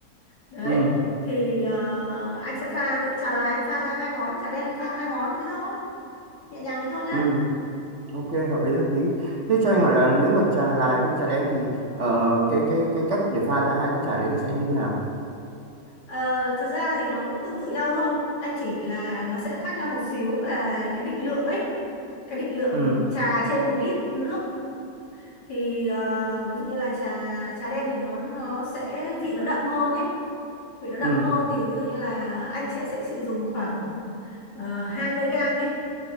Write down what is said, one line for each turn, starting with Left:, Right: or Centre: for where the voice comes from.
Left: đấy
Right: ừ
Left: thì ờ, anh sẽ pha ví dụ trà lài anh pha ra hai món trà đen anh pha hai món thế thôi nhẹ nhàng thế thôi nhá
Right: ừ Ok, hợp lý hợp lý. Thế cho anh hỏi là nếu mà trà lài với trà đen thì ờ, cái cái cái cách để pha ra hai cái trà đấy nó sẽ như thế nào?
Left: Ờ, thật ra thì nó cũng tương tự nhau thôi anh chỉ là nó sẽ khác nhau một xíu về cái định lượng ấy cái định lượng
Right: Ừ,
Left: trà trên một lít nước thì ờ, ví dụ như là trà trà đen thì nó nó sẽ vị nó đậm hơn ấy vị nó đậm
Right: ừ,
Left: hơn thì ví dụ như là anh sẽ sẽ sử dụng khoảng uh, 20 gram đi